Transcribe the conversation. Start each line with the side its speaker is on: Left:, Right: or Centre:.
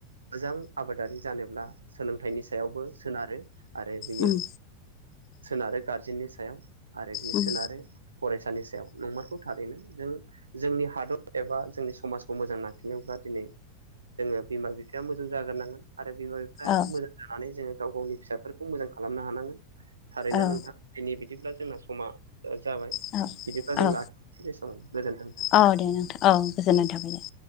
Right: मोजां आबादारि जानोब्ला सोलोंथाइनि सायावबो सोनारो आरो बियो
Left: उम
Right: सोनारो गारजेननि सायाव आरो बेयो
Left: उम
Right: सोनारो फरायसानि सायाव नंमारखौ थारैनो जों जोंनि हादर एबा जोंनि समाजखौ मोजां लाखोनोब्ला दिनै जोङो बिमा बिफाया मोजां जाग्रोनांगोन आरो बिमा बिफा बिफाया
Left: औ
Right: मोजां जानानै जोङो गाव गावनि फिसाफोरखौ मोजां खालामनो हानांगोन थारैनो
Left: औ
Right: नोंथाङा बिनि बिदिब्ला जोंना समा जाबाय
Left: औ
Right: बिदिब्ला जों
Left: औ
Right: लाखिसै बेसेबां गोजोन्थों
Left: औ दे नोंथां औ गोजोननाय थाबाय दे